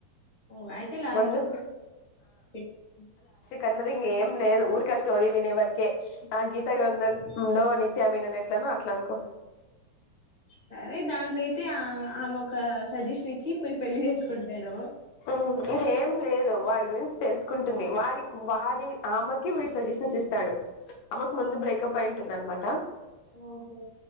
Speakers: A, on the left; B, on the left.
A: ఓ అయితే లాస్ట్
B: ముందు
A: <unintelligible>
B: కన్నదింగ్ ఏం లేదు ఊరికే స్టోరీ వినే వరకే ఆ గీతా గోవిందంలో నిత్యామీనన్ ఎట్లనో అట్ల అనుకో
A: సరే దాంట్లో అయితే, అ ఆమె ఒక సజిషన్ ఇచ్చి, పోయి పెళ్లి చేసుకుంటాడు.
B: ఉమ్ ఇదే ఏం లేదు, వాడి గురించి తెలుసుకుంటుంది, వాడి వాడి ఆమెకి వీడి సజెషన్స్ ఇస్తాడు, ఆమే కు ముందు బ్రేకప్ అయింటుంది అన్నమాట.
A: ఓహో